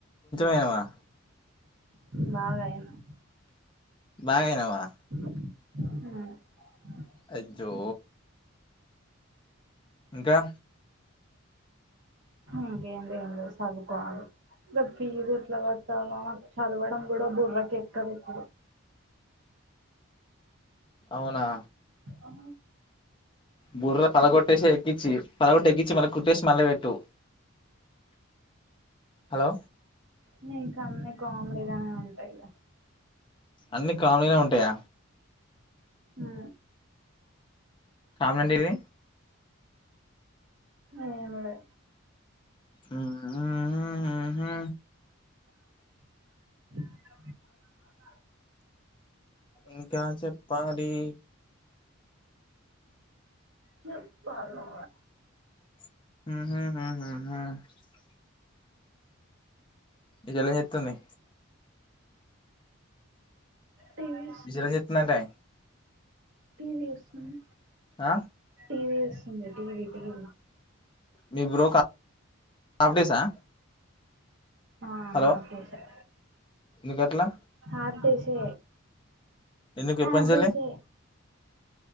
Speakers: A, on the left; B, on the right.
A: అయినవా
B: బాగాయిన
A: బాగాఅయినావా
B: హ
A: అజ్జో ఇంకా
B: ఇంకేంది ఏంలే చదువుకోవాలే గా ఫీజు ఎట్లా కట్టాల్ నో నాకు చదవడం కూడా బుర్రకి ఎక్కదు ఇప్పుడు
A: అవునా
B: ఆ
A: బుర్ర పల కొట్టేసి ఎక్కించి పలగొట్టి ఎక్కించి మళ్ళ కుట్టేసి మళ్ళ పెట్టు హలో
B: నీ కన్ని కామెడీగానే ఉంటాయ్ ద
A: అన్ని కామిలే ఉంటాయా.
B: హు
A: కామండి ఇవి
B: ఏం లే
A: ఆ ఉహు
B: అ
A: ఇంకా చెప్పాలి
B: చెప్పాల్ నువే
A: హ ఇదెలా చెత్తుంది.
B: టీవీ
A: విశరంజ్ చెత్త్ నంటే
B: టీవి వుస్సుంది,
A: ఆ
B: టీవి స్సుంది, టీవి టీవి
A: మీ బ్రో కా ఆఫ్ డేసా
B: ఆ
A: హలో
B: ఆఫీసె
A: ఎందుకు అట్లా
B: ఆఫ్ డేసే
A: ఎందుకు ఎప్పనుంచెల్లి
B: ఆఫ్ డేసే